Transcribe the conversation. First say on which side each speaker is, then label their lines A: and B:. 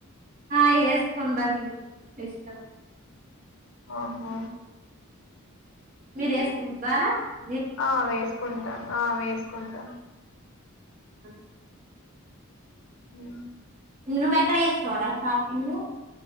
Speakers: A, on the right (about 35°); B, on the left (about 60°).
A: ఆ వేసుకుంటండి ఇష్ట
B: హా హా
A: మీర వేసుకుంట్రై
B: ఆ వేసుకుంటాను ఆ వేసుకుంటాం
A: ఆ
B: ఉ
A: నువ్వెక్కడ చేస్తావ్ రా షాపింగ్